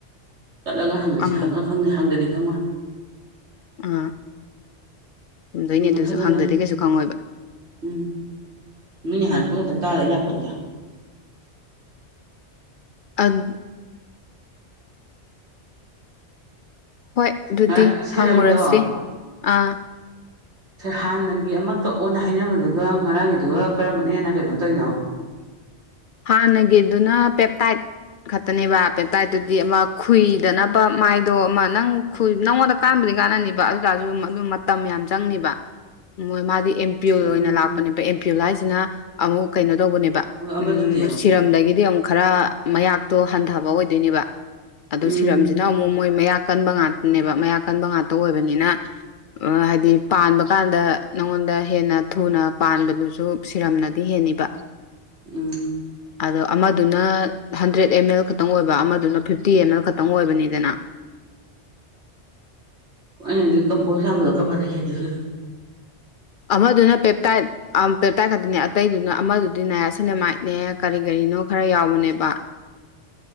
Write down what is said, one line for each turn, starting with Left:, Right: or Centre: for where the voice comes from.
Right: ꯆꯠꯂꯒ ꯍꯪꯉꯁꯤ
Left: ꯑꯃꯨꯛ
Right: ꯍꯪꯉ ꯈꯪꯅꯤ ꯍꯪꯗꯗꯤ ꯈꯪꯉꯣꯏ
Left: ꯎꯝ ꯗꯣꯏꯅꯤ
Right: ꯍꯪꯉ
Left: ꯑꯗꯨꯁꯨ
Right: ꯈꯪꯒꯗꯝꯅꯤ
Left: ꯍꯪꯗꯗꯤ ꯀꯩꯁꯨ ꯈꯪꯉꯣꯏꯕ
Right: ꯎꯝ ꯃꯤꯅ ꯍꯥꯏꯔꯛꯄ ꯈꯛꯇꯪ ꯇꯥ ꯂꯩ ꯌꯥꯄꯣꯟꯇꯦ
Left: ꯑꯗꯨ ꯍꯣꯏ ꯗꯨꯗꯤ
Right: ꯉꯔꯥꯡꯒꯤ ꯁꯦꯔꯝꯗꯣ
Left: ꯍꯪꯉꯨꯔꯁꯤ ꯑ-
Right: ꯍꯥꯟꯅꯒꯤ ꯑꯃ ꯀꯛꯑꯣꯅ ꯍꯥꯏꯅꯕꯗꯨꯒ ꯉꯔꯥꯡꯒꯤꯗꯨꯒ ꯀꯔꯝꯕꯅ ꯍꯦꯟꯅ ꯀꯩꯅꯣ ꯇꯣꯔꯤꯅꯣ
Left: ꯍꯥꯟꯅꯒꯤꯗꯨꯅ ꯄꯦꯞꯇꯥꯢꯗ ꯈꯛꯇꯅꯦꯕ ꯄꯦꯞꯄꯥꯏꯗꯨꯗꯤ ꯑꯃ ꯈꯨꯨꯏꯗꯅꯕ ꯃꯥꯏꯗꯣ ꯑꯃ ꯅꯪ ꯈꯨꯏ ꯅꯪꯉꯣꯟꯗ ꯀꯥꯟꯕꯨꯗꯤ ꯀꯥꯟꯅꯅꯤꯕ ꯑꯗꯨꯇꯥꯔꯖꯨ ꯑꯗꯨ ꯃꯇꯝ ꯌꯥꯝ ꯆꯪꯅꯤꯕ ꯃꯣꯏ ꯃꯥꯗꯤ ꯑꯦꯝ ꯄꯤꯌꯨꯜ
Right: ꯎꯝ
Left: ꯑꯣꯏꯅ ꯂꯥꯛꯄꯅꯦꯕ ꯑꯦꯝ ꯄꯤꯌꯜ ꯍꯥꯏꯁꯤꯅ ꯑꯃꯨꯛ ꯀꯩꯅꯣ ꯇꯧꯕꯅꯦꯕ
Right: ꯑꯃꯗꯨꯗꯤ
Left: ꯎꯝ ꯁꯤꯔꯝꯗꯒꯤꯗꯤ ꯑꯃꯨꯛ ꯈꯔ ꯃꯌꯥꯛꯇꯣ ꯍꯟꯊꯕ ꯑꯣꯏꯗꯣꯏꯅꯦꯕ ꯑꯗꯨ
Right: ꯎꯝ
Left: ꯁꯤꯔꯝꯁꯤꯗ ꯅ ꯑꯃꯨꯛ ꯃꯣꯏ ꯃꯌꯥꯛ ꯀꯟꯕ ꯉꯥꯛꯇꯅꯦꯕ ꯃꯌꯥꯛ ꯀꯟꯕ ꯉꯥꯛꯇ ꯑꯣꯏꯕꯅꯤꯅ ꯑ- ꯍꯥꯏꯗꯤ ꯄꯥꯟꯕꯀꯥꯟꯗ ꯅꯪꯉꯣꯟꯗ ꯍꯦꯟꯅ ꯊꯨꯅ ꯄꯥꯟꯕꯗꯨꯁꯨ ꯁꯤꯔꯝꯅꯗꯤ ꯍꯦꯟꯅꯤꯕꯥ
Right: ꯎꯝ
Left: ꯑꯗꯣ ꯑꯃꯗꯨꯅ ꯍꯟꯗ꯭ꯔꯦꯗ ꯑꯦꯝꯃꯦꯜ ꯈꯛꯇꯪ ꯑꯣꯏꯕ ꯑꯃꯗꯨꯅ ꯐꯤꯞꯇꯤ ꯑꯦꯝꯃꯦꯜ ꯈꯛꯇꯪ ꯑꯣꯏꯕꯅꯤꯗꯅꯥ
Right: ꯑꯩꯅꯗꯤ ꯀꯝꯄꯣꯁ ꯌꯥꯝꯕꯗꯣ ꯀꯝꯕꯅ ꯍꯦꯟꯒꯦ ꯁꯤꯅꯤ
Left: ꯑꯃꯗꯨꯅ ꯄꯦꯞꯇꯥꯏꯠ ꯑꯝ ꯄꯦꯞꯇꯥꯏꯠ ꯈꯛꯇꯅꯦ ꯑꯇꯩꯗꯨꯅ ꯑꯃꯗꯨꯗꯤ ꯅꯥꯌꯥꯁꯤꯅꯦꯃꯥꯏꯠꯅꯦ ꯀꯔꯤ ꯀꯔꯤꯅꯣ ꯈꯔ ꯌꯥꯎꯕꯅꯦꯕ